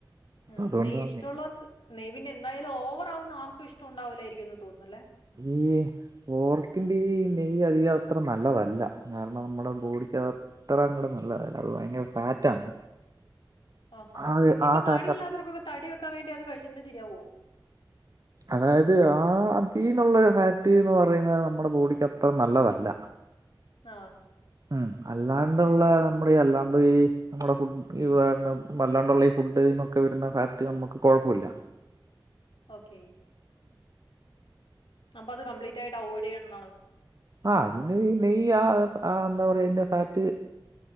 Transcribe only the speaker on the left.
ഉം.
നെയ്യ് ഇഷ്ടമുള്ളവർക്ക്, നെയ്യ് എന്തായാലും ഓവർ ആകുന്ന ആർക്കും ഇഷ്ടം ഉണ്ടാവില്ലായിരിക്കുംന്ന് തോന്നൂല്ലേ.
ആഹാ.
ഇപ്പൊ
തടിയില്ലാത്തവർക്കൊക്കെ, തടി വെക്കാൻ വേണ്ടി അത് കഴിച്ചിട്ടുണ്ടെങ്കിൽ ശരിയാവോ
ആഹ്
ഓക്കേ. അപ്പം അത് കംപ്ലീറ്റ് ആയിട്ട് അവോയ്ഡ് ചെയ്യണം. എന്നാണ്